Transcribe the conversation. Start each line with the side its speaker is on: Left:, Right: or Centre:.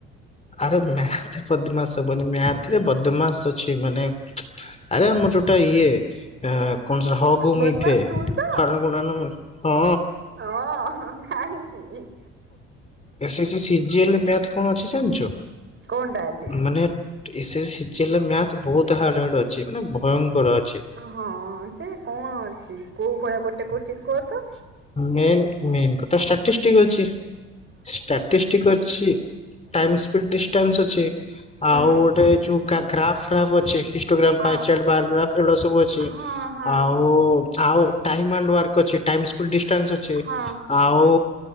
Left: ଆରେ ମ୍ୟାଥ ବଦମାସ୍ ହବନି। ମ୍ୟାଥରେ ବଦମାସ୍ ଅଛି। ମାନେ ଆରେ ଆମର ଯୋଉଟା ଇଏ କଣ ସେଟା ହ ଗୁ
Right: ବଦମାସ
Left: ମି ଫେ
Right: ରୁଲ୍ ତ
Left: ହରଣ, ଗୁଣନ ହଁ।
Right: ହଁ ଜାଣିଛି।
Left: S S C C G L ରେ ମ୍ୟାଥ କଣ ଅଛି ଜାଣିଛୁ?
Right: କଣଟା ଅଛି?
Left: ମାନେ S S C C G L ରେ ମ୍ୟାଥ ବହୁତ ହାର୍ଡ ହାର୍ଡ ଅଛି। ମାନେ ଭୟଙ୍କର ଅଛି।
Right: ହଁ ଯେ କଣ ଅଛି? କୋଉ ଭଳିଆ ଗୋଟେ କୋଶ୍ଚିନ୍ କୁହ ତ।
Left: ମେନ୍ ମେନ୍ ତ ଷ୍ଟାଟିଷ୍ଟିକ୍ସ ଅଛି। ଷ୍ଟାଟିଷ୍ଟିକ୍ସ ଅଛି। ଟାଇମ୍ ସ୍ପିଡ ଡିଷ୍ଟାନ୍ସ ଅଛି।
Right: ହୁଁ
Left: ଆଉ ଗୋଟେ ଯୋଉ ଗ୍ରା ଗ୍ରାଫ୍ ଫ୍ରାଫ୍ ଅଛି। ଗ୍ରାମ
Right: ହଁ
Left: ପାଏ ଚାଟ ବାର ଗ୍ରାଫ ଏଗୁଡ଼ା ସବୁ ଅଛି
Right: ହଁ ହଁ।
Left: ଆଉ ଆଉ ଟାଇମ୍ ଆଣ୍ଡ ୱାରକ ଅଛି। ଟାଇମ୍ସ <unintelligible> ଡିଷ୍ଟାନ୍ସ ଅଛି
Right: ହଁ
Left: ଆଉ